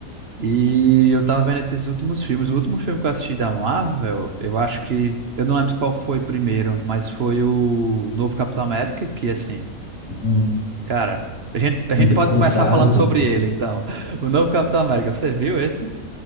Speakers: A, on the right; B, on the left.
A: E eu tava vendo esses últimos filmes. O último filme que eu assisti da Marvel, eu acho que. Eu não lembro qual foi primeiro, mas foi o novo Capitão América, que assim,
B: Hum,
A: cara, a gente, a gente
B: Me perguntaram
A: pode começar falando
B: também.
A: sobre ele, então. <laughs> O novo Capitão América, você viu esse?